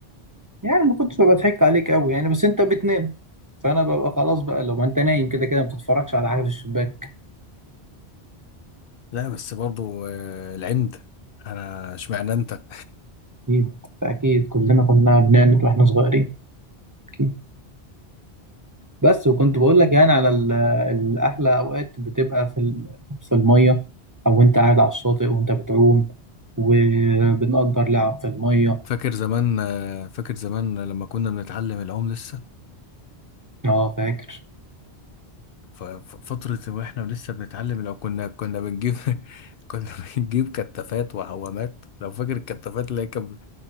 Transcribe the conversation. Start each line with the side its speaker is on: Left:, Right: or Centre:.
Right: يعني ما كنتش بضحك عليك قوي يعني بس أنت بتنام فأنا ببقى خلاص بقى لو ما أنت نايم كده كده ما بتتفرجش على حاجة في الشباك
Left: لا بس برضو آه، العند انا اشمعنى انت
Right: أكيد أكيد كلنا كنا بنعند وإحنا صغيرين أكيد بس وكنت بقول لك يعني على ال- الأحلى أوقات بتبقى في ال- في المية أو أنت قاعد على الشاطئ وأنت بتعوم وبنأجر لعب في المية
Left: فاكر زمان آه، فاكر زمان لما كنا بنتعلم العوم لسه
Right: أه فاكر
Left: ف- ف- فترة واحنا لسه بنتعلم لو كنا كنا بنجيب <laughs> كنا بنجيب كتافات وعوامات لو فاكر الكتافات اللي هي كانت